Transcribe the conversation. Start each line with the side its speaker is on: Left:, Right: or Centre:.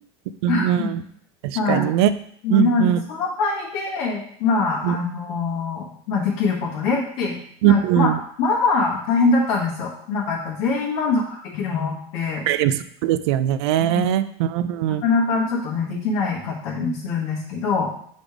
Right: うん、
Left: <laughs>
Right: うん確かにね。
Left: はい。ね、
Right: うん、
Left: なんで、
Right: うん、
Left: その範囲で、まあ、
Right: うん、
Left: あのーまあ、できることでって、
Right: うん、
Left: なる、まあ、
Right: うん
Left: まあまあ大変だったんですよ。なんかやっぱ全員満足できるものって、
Right: でもそうですよね。
Left: うん
Right: うん、
Left: なかなかちょっとね、
Right: うん、
Left: できないかったりもするんですけど、